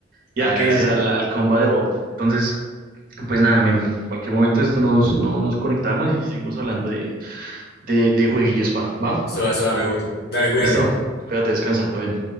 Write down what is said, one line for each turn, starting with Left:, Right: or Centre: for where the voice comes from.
Right: Y
Left: Vale,
Right: al que
Left: dale.
Right: dices, al, al Combat Evolved. Entonces, pues nada, men. Cualquier momento de esto nos, no- nos conectamos y seguimos hablando de, de, de jueguillos, pa. ¿Va?
Left: Eso, eso me gusta. Dale, cuídate.
Right: Listo. Cuídate, descansa, todo bien.